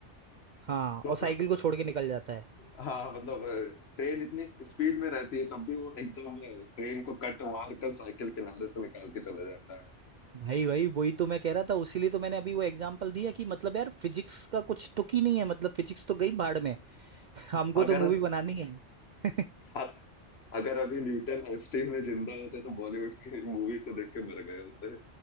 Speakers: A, on the right; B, on the left.
A: हाँ
B: तो
A: और साइकिल को छोड़ के निकल जाता है
B: हाँ मतलब ट्रेन इतनी स्पीड में रहती है तब भी वो एकदम ट्रेन को कट मार कर साइकिल किनारे से निकाल के चला जाता है
A: भाई भाई वही तो मैं कह रहा था उसीलिए तो मैंने अभी वो एग्जांपल दिया कि मतलब यार फिजिक्स का कुछ तुक ही नहीं है मतलब फिजिक्स तो गई भाड़ में <laughs> हमको
B: अगर
A: तो मूवी बनानी है <laughs>
B: अ- अगर अभी न्यूटन आइंस्टीन ने जिंदा होते तो बॉलीवुड की मूवी को देख के मर गए होते